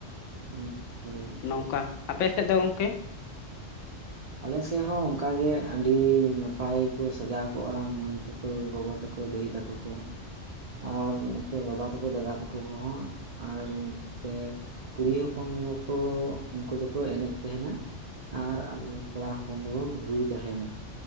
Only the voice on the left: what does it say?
ᱱᱚᱝᱠᱟ ᱟᱯᱮ ᱥᱮᱫ ᱫᱚ ᱜᱚᱝᱠᱮ?